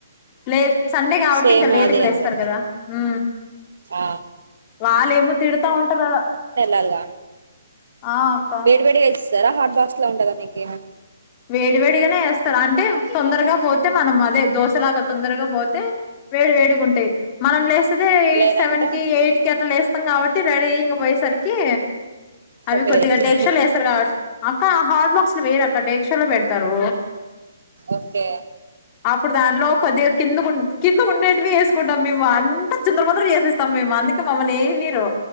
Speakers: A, on the left; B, on the right.
A: లేటు సండే కాబట్టి
B: సేమ్
A: ఇంకా లేటుగా
B: అది
A: లేస్తారు
B: అంతే
A: కదా హు
B: ఆ
A: వాల్లేమో తిడతా ఉంటరు ఆడ
B: కలుగ
A: ఆ అక్క
B: వేడి వేడిగా ఇస్ జరా హాట్ బాక్స్ ల ఉంటదా మీకేమైనా
A: వేడి వేడిగానే ఎస్తారు అంటే తొందరగా పోతే మనం అదే దోశలాగా తొందరగా పోతే వేడి వేడిగా ఉంటాయి మనం లేస్ తుకే ఎయిట్
B: లేదంటే
A: సెవెన్ కి ఎయిట్ కి అట్ల లేస్తాం కాబట్టి రెడీ ఇంగ పోయేసరి కే
B: తొమ్మిది
A: అవి కొద్దిగ
B: అయితయి
A: డేక్షాలో ఎస్తారు కావట్టు అక్క ఆ హార్డ్ బాక్స్ లో వేయరక్క డే క్షలో పెడతారు
B: ఓకే
A: ఇప్పుడు దాంట్లో కొద్దిగా కింద కుం కింద ఉండేటివి వేసుకుంటాం మేము అంత చిందర బందర చేసేస్తాం మేము అందుకే మమ్మల్ని ఎయనీరు